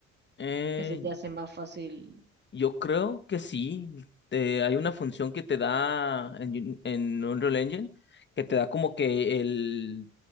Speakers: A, on the left; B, on the right.
A: Eh,
B: Que se te hace más fácil.
A: yo creo que sí. Te- hay una función que te da en, Uni- en Unreal Engine que te da como que el,